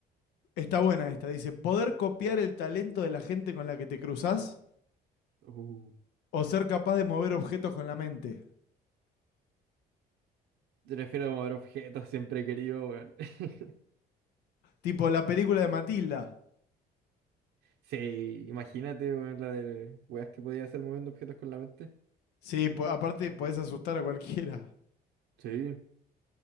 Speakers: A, on the left (about 85°); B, on the right (about 80°).
A: está buena esta. Dice, ¿poder copiar el talento de la gente con la que te cruzas?
B: Uh,
A: ¿O ser capaz de mover objetos con la mente?
B: te refiero mover objetos, siempre he querido, weón. <laughs>
A: Tipo la película de Matilda.
B: Sí, imagínate, weón, la de weas que podía hacer moviendo objetos con la mente.
A: Sí, po- aparte podés asustar a cualquiera.
B: Sí.